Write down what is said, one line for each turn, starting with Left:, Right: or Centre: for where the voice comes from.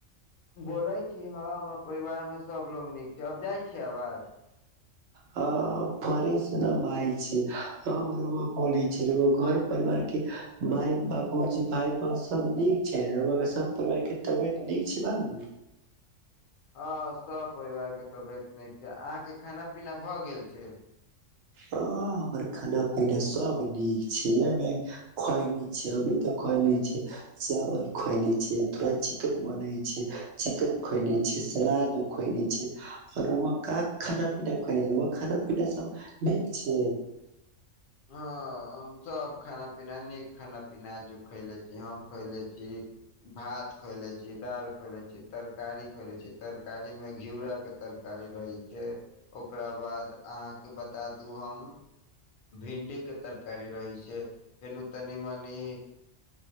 Left: बोलै छी हँ हमर परिवार मे सबलोग नीक छै अब जाइ छियै आवाज
Right: ह फ्रेस नमाइ छै आब रौआ बोलै छै घर परिवार के माय बाबू भाय बन सब नीक छै रौआ सब परिवार के तबियत नीक छै बानु
Left: हँ सभ परिवारके तबियत नीक छै अहाँके खाना पीना भऽ गेल छै
Right: ह हमर खाना पीना सब नीक छै अभी खाइ ने छी अभी तऽ खायने छियै चावल खयने छियै थोड़ा चिकन बनै छियै चिकेन खयने छियै सलादो खयने छियै आ रौआ का खाना पीना खयने रौआ खाना पीना सब निक छै
Left: हँ हम सभ खाना पीना नीक खाना पीना आजु खैले छी हम खैले छी भात खैलें छी दाल खैले छी तरकारी खैले छी तरकारीमे घिउराक के तरकारी रहै छै ओकरा बाद अहाँके बता दू हम भिंडीके तरकारी रहै छै फेर तनी मनी